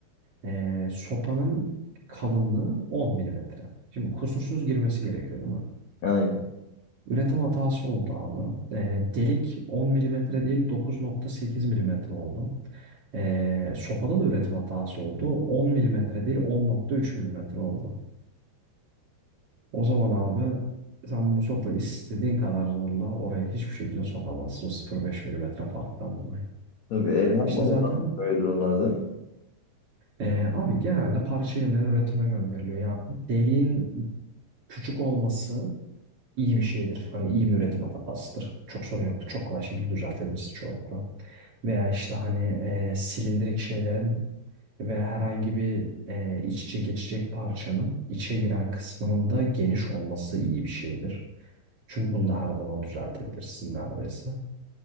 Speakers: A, on the right; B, on the left.
A: Ee, sopanın kalınlığı 10 milimetre. Şimdi kusursuz girmesi gerekiyor değil mi?
B: Aynen.
A: Üretim hatası oldu abi. Ee, delik 10 milimetre değil 9.8 milimetre oldu. Ee, sopada da üretim hatası oldu. 10 milimetre değil 10.3 milimetre oldu. O zaman abi sen bu sopayı istediğin kadar zorla oraya hiçbir şekilde sokamazsın. 0.5 milimetre farktan dolayı.
B: Tabii e, ne yapmamız
A: İşte zaten
B: lazım böyle durumlarda?
A: ee, abi genelde parça yeniden üretime gönderiliyor. Ya deliğin küçük olması iyi bir şeydir. Hani iyi bir üretim hatasıdır. Çok sorun yoktur. Çok kolay şekilde düzeltebilirsin çoğunlukla. Veya işte hani e, silindirik şeylerin veya herhangi bir e, iç içe geçecek parçanın içe giren kısmının da geniş olması iyi bir şeydir. Çünkü bunu da her zaman düzeltebilirsin neredeyse.